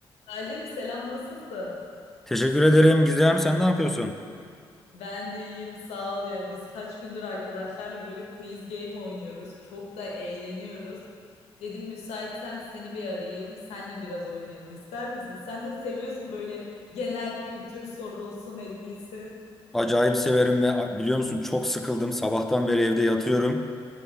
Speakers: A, on the left; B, in the centre.
A: Galip selam nasılsın?
B: Teşekkür ederim Gizem. Sen ne yapıyorsun?
A: Ben de iyiyim sağ ol ya. Biz kaç gündür arkadaşlarla böyle quiz game oynuyoruz. Çok da eğleniyoruz. Dedim müsaitsen seni bir arayayım. Senle biraz oynayalım ister misin? Sen de seviyorsun böyle genel kültür sorulsun edilsin.
B: Acayip severim ve a- biliyor musun çok sıkıldım. Sabahtan beri evde yatıyorum.